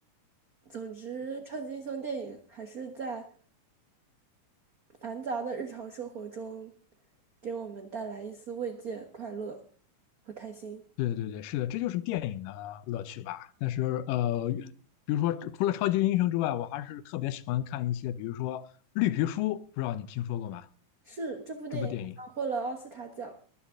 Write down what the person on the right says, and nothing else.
总之，超级英雄电影还是在繁杂的日常生活中，给我们带来一丝慰藉、快乐和开心。
是，这部电影还拿获了奥斯卡奖。